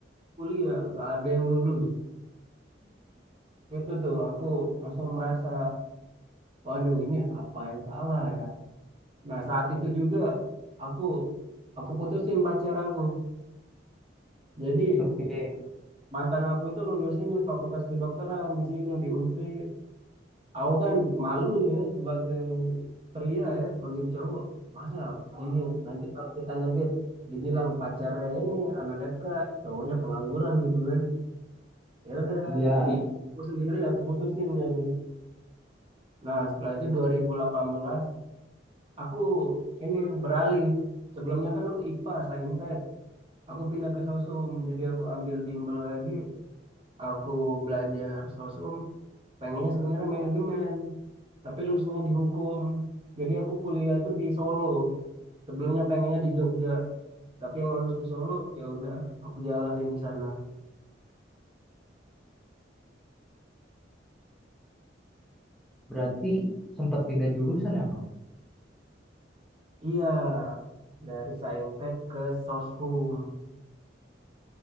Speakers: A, on the right; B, in the centre.
A: kuliah, nggak ada yang lulus. Itu tuh aku langsung merasa, waduh ini apa yang salah ya. Nah saat itu juga aku aku putusin pacar aku. Jadi
B: Oke.
A: mantan aku itu lulus ini fakultas kedokteran di sini di Unsri aku kan malu nih ya sebagai pria ya sebagai cowok masa ini nanti kalau kita ngedit dibilang pacarnya ini anak FK cowoknya pengangguran gitu kan ya udah
B: Iya,
A: demi Iya. aku sendiri aku putusin jadi nah setelah itu 2018 aku ini beralih sebelumnya kan aku IPA Saintek aku pindah ke Sosum jadi aku ambil bimbel lagi aku belajar sosum pengennya sebenarnya manajemen tapi lulusnya di hukum jadi aku kuliah itu di Solo sebelumnya pengennya di Jogja tapi yang lulus di Solo ya udah aku jalanin di sana
B: Berarti sempat pindah jurusan ya, Bang?
A: iya dari Saintek ke Soshum